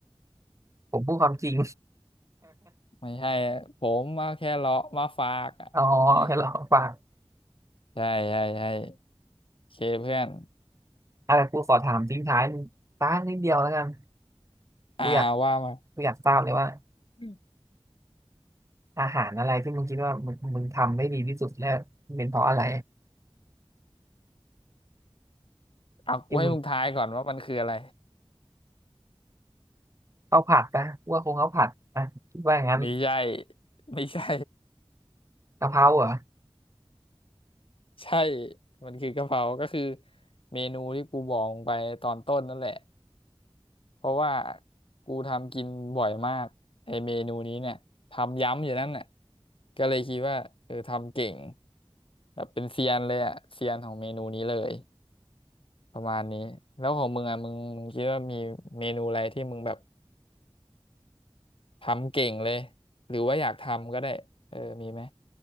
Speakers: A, on the right; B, on the left.
A: ผมพูดความจริง
B: ไม่ใช่ผมมาแค่เลาะมาฝากอ่ะเอ๊ะ
A: <laughs> อ๋อแค่หลอกปาก
B: ใช่ใช่ใช่โอเคเพื่อน
A: อ่ะกูขอถามทิ้งท้ายต้านนิดเดียวแล้วกัน
B: อ่าว่ามา
A: กูอยากกูอยากทราบเลยว่า
B: อ
A: อาหารอะไรที่มึงคิดว่ามึงมึงทำได้ดีที่สุดแล้วมันเป็นเพราะอะไร
B: เอากูให้มึงทายก่อนว่ามันคืออะไร
A: ที่มึงข้าวผัดปะกูว่าคงข้าวผัดอ่ะคิดว่าอย่างนั้น
B: ไม่ใช่ <laughs> ไม่ใช่
A: กะเพราเหรอ
B: ใช่มันคือกะเพราก็คือเมนูที่กูบอกไปตอนต้นนั่นแหละเพราะว่ากูทำกินบ่อยมากไอเมนูนี้เนี่ยทำย้ำอยู่นั่นน่ะก็เลยคิดว่าเออทำเก่งแบบเป็นเซียนเลยอะเซียนของเมนูนี้เลยประมาณนี้แล้วของมึงอะมึงมึงคิดว่ามีเมนูอะไรที่มึงแบบทำเก่งเลยหรือว่าอยากทำก็ได้เออมีไหม